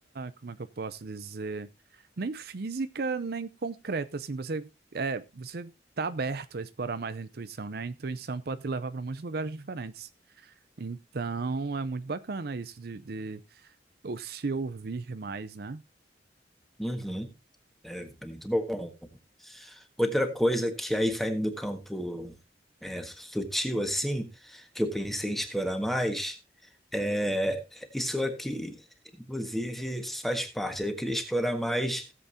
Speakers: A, on the right; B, in the centre.
A: como é que eu posso dizer, nem física, nem concreta, assim, você é, você tá aberto a explorar mais a intuição, né? A intuição pode te levar para muitos lugares diferentes. Então, é muito bacana isso de, de ou se ouvir mais, né?
B: Uhum, é, é muito bom. Outra coisa que aí saindo do campo é, sutil assim, que eu pensei em explorar mais, é isso aqui, inclusive, faz parte. Eu queria explorar mais